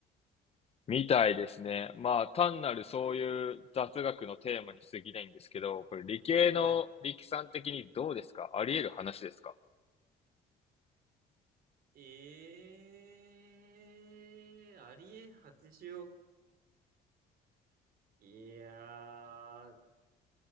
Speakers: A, on the left; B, on the right.
A: みたいですね。まあ、単なるそういう雑学のテーマに過ぎないんですけど、これ理系の力さん的にどうですかあり得る話ですか
B: はい。ええー、ありえ八0億。いやー、